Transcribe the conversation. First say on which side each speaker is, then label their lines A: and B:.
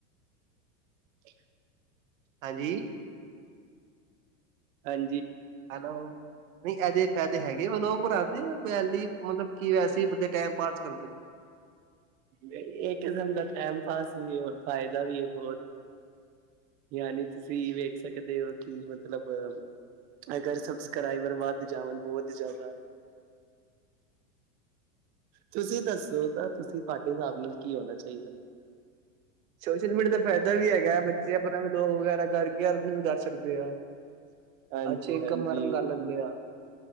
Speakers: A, on the right (about 25°); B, on the right (about 75°).
A: ਠ
B: ਹਾਂਜੀ
A: ਹਾਂਜੀ
B: ਹੈਲੋ ਨਹੀਂ ਇਹਦੇ ਫਾਇਦੇ ਹੈਗੇ ਉਹ ਲੋਕ ਬਰਾ ਵੈਲੀ ਮਤਲਬ ਕੀ ਵੈਸੀ ਬੰਦੇ ਟੈਮ ਪਾਸ ਕਰਦੇ
A: ਇਹ ਕਿਸਮ ਦਾ ਟਾਈਮ ਪਾਸ ਵੀ ਹੈ ਹੋਰ ਫਾਇਦਾ ਵੀ ਹੈ ਬਹੁਤ ਯਾਨੀ ਤੁਸੀਂ ਵੇਖ ਸਕਦੇ ਹੋ ਕਿ ਮਤਲਬ ਅਗਰ ਸਬਸਕਰਾਈਬਰ ਵੱਧ ਜਾਵਣ ਬਹੁਤ ਜ਼ਿਆਦਾ ਤੁਸੀਂ ਦੱਸੋ ਤਾਂ ਤੁਸੀਂ ਤੁਹਾਡੇ ਹਿਸਾਬ ਨਾਲ ਕੀ ਹੋਣਾ ਚਾਹੀਦਾ
B: ਸੋਸ਼ਲ ਮੀਡੀਆ ਦਾ ਫਾਇਦਾ ਵੀ ਹੈਗਾ ਬੱਚੇ ਆਪਣਾ ਵੀ ਬਲੋਕ ਵਗੈਰਾ ਕਰਕੇ ਅਰਨਿੰਗ ਵੀ ਕਰ ਸਕਦੇ ਆ
A: <unintelligible> <inaudible> ਹਾਂਜੀ
B: ਅੱਛੀ ਇਨਕਮ
A: ਹਾਂਜੀ
B: ਅਰਨ ਕਰ ਲੈਂਦੇ ਆ